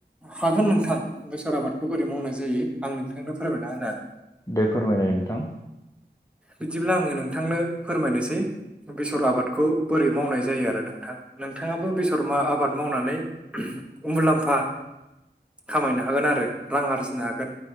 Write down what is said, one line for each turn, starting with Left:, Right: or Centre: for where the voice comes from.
Centre: हागोन नोंथां बेसर आबाद। खौ बोरै मावनाय जायो आं नोंथांनो फोरमायना होनो हागोन।
Left: दे फोरमायनाय नोंथां।
Centre: बिदिब्ला आङो नोंथांनो फोरमायनोसै। बेसर आबादखौ बोरै मावनाय जायो आरो नोंथां नोंथाङाबो बेसर आबाद मावनानै। मुलाम्फा। खामायनो हागोन आरो रां आरजिनो हागोन